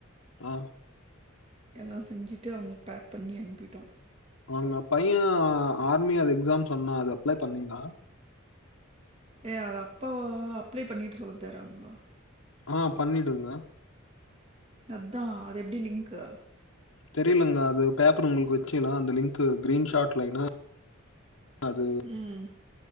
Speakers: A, on the left; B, on the right.
A: ஆ
B: எல்லா செஞ்சுட்டு அவங்களுக்கு பேக் பண்ணி அனுப்பிட்டோ
A: உங்க பைய ஆர்மி அது எக்ஸாம் சொன்னா அது அப்ளை பண்ணிங்ளா
B: ஏய் அத அப்பொ அப்ளை பண்ணிட்டு சொல்ல தராங்கோ
A: ஆ பண்ணிடுங்க
B: அதா அது எப்டி லிங்க்கு
A: தெரிலங்க அது பேப்பர் உங்களுக்கு வெச்சினா அந்த லிங்க்கு கிரீன்ஷாட் லைனா அது
B: ம்